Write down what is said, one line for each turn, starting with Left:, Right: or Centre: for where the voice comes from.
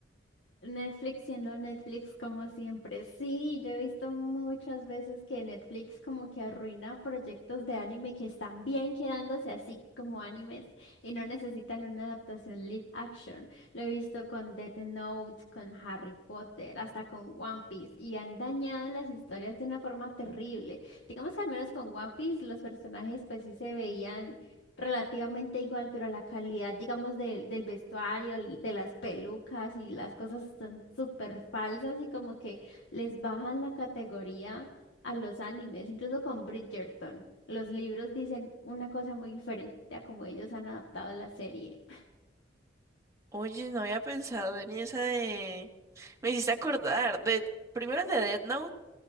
Left: Netflix siendo Netflix como siempre. Sí, yo he visto muchas veces que Netflix como que arruina proyectos de anime que están bien quedándose así como animes y no necesitan una adaptación live action. Lo he visto con Death Note, con Harry Potter, hasta con One Piece y han dañado las historias de una forma terrible. Digamos que al menos con One Piece los personajes pues sí se veían relativamente igual, pero la calidad, digamos, del del vestuario, l- de las pelucas y las cosas son súper falsas y como que les bajan la categoría a los animes, incluso con Bridgerton. Los libros dicen una cosa muy diferente a como ellos han adaptado la serie.
Right: Oye, no había pensado en esa de... Me hiciste acordar de... Primero el de Death Note